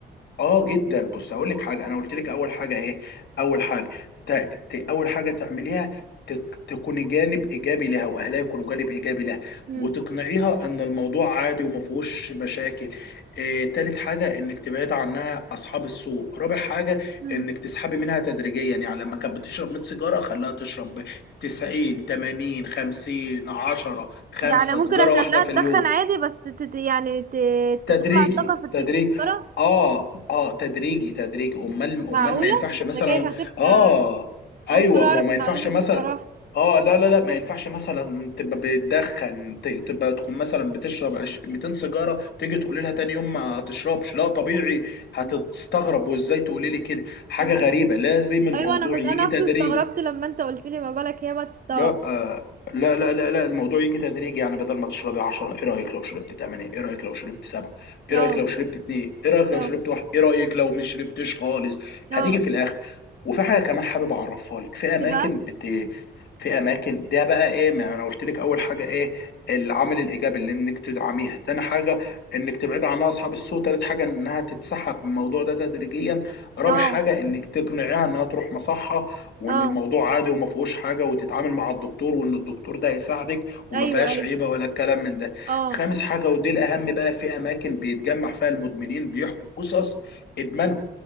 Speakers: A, on the left; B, on the right.
A: اه جدا بص اقول لك حاجه انا قلت لك اول حاجه ايه اول حاجه ت... ت... اول حاجه تعمليها ت... تكوني جانب ايجابي لها واهلها يكونوا جانب ايجابي لها
B: مم.
A: وتقنعيها ان الموضوع عادي وما فيهوش مشاكل إيه... تالت حاجه انك تبعد عنها اصحاب السوء رابع حاجه
B: مم.
A: انك تسحبي منها تدريجيا يعني لما كانت بتشرب 100 سيجاره خليها تشرب 90 80 50 10 5
B: يعني ممكن
A: سيجاره
B: اخليها
A: واحده في
B: تدخن
A: اليوم
B: عادي بس تت يعني ت...
A: تدريجي
B: تطلع الطاقة في الت-
A: تدريج
B: في السيجارة
A: اه اه تدريجي تدريج امال امال
B: معقولة
A: ما ينفعش مثلا
B: السجاير هتبقى
A: اه ايوه
B: اول مرة اعرف
A: ما هو ما
B: المعلومة
A: ينفعش مثلا
B: دي الصراحة
A: اه لا لا لا ما ينفعش مثلا تبقى بتدخن ت- تبقى تكون مثلا بتشرب عش- 200 سيجاره تيجي تقولي لها تاني يوم ما تشربش لا طبيعي هتستغرب
B: مم.
A: وازاي تقولي لي كده حاجه
B: مم.
A: غريبه لازم الموضوع
B: ايوه انا مس...
A: يجي
B: انا نفسي
A: تدريجي
B: استغربت لما انت قلت لي ما بالك هي بقى تستغرب
A: لا آه، لا لا لا لا الموضوع يجي تدريجي يعني بدل ما تشربي 10 ايه رايك لو شربت 8 ايه رايك لو شربت 7 ايه
B: اه
A: رايك لو شربت 2 ايه رايك لو
B: اه
A: شربت 1 ايه رايك لو مش شربتش خالص
B: اه
A: هتيجي في الاخر وفي حاجه كمان حابب اعرفها لك في اماكن
B: ايه بقى
A: بت في اماكن ده بقى ايه ما انا قلت لك اول حاجه ايه العامل الايجابي اللي انك تدعميها تاني حاجه انك تبعد عنها اصحاب السوء تالت حاجه انها تتسحب من الموضوع ده تدريجيا رابع
B: اه
A: حاجه انك تقنعيها انها تروح مصحه وان
B: اه
A: الموضوع عادي وما فيهوش حاجه وتتعامل مع الدكتور وان الدكتور ده هيساعدك وما
B: ايوه
A: فيهاش
B: ايوه
A: عيبه ولا الكلام من ده
B: اه
A: خامس حاجه ودي الاهم بقى في اماكن بيتجمع فيها المدمنين بيحكوا قصص ادمانهم